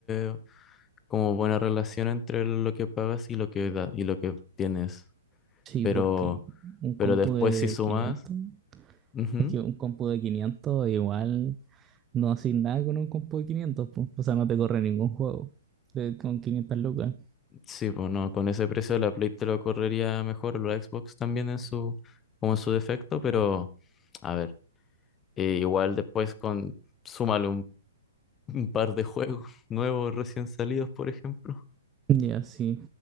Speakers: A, on the left; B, on the right.
A: eh, como buena relación entre lo que pagas y lo que da- y lo que tienes
B: sí,
A: Pero,
B: porque un
A: pero
B: compu
A: después
B: de
A: si sumas,
B: 500
A: ujú,
B: es que un compu de 500 igual no haces nada con un compu de 500 pues, o sea, no te corre ningún juego de- con 500 lucas.
A: sí, bueno, con ese precio la Play te lo correría mejor, o la Xbox también en su, como en su defecto, pero a ver, eh, igual después con súmale un un par de juegos nuevos recién salidos, por ejemplo.
B: Ya, sí,